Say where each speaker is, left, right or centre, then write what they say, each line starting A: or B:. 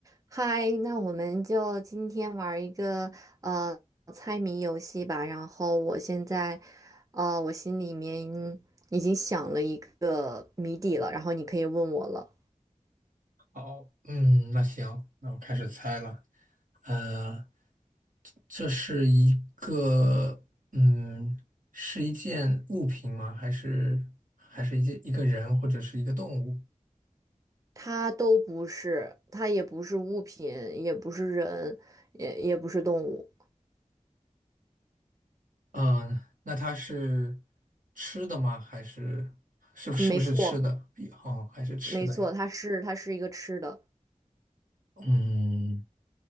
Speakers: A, on the right (about 25°); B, on the right (about 85°).
A: 嗨，那我们就今天玩儿一个呃猜谜游戏吧。然后我现在，呃，我心里面已经想了一个谜底了，然后你可以问我了。
B: 好，嗯，那行，那我开始猜了。呃，这是一个，嗯，是一件物品吗？还是还是一件一个人或者是一个动物？
A: 它都不是，它也不是物品，也不是人，也也不是动物。
B: 嗯，那它是吃的吗？还是是不是不是吃的？
A: 没错，
B: 哎哦，还是吃的呀。
A: 没错，它是它是一个吃的。
B: 嗯，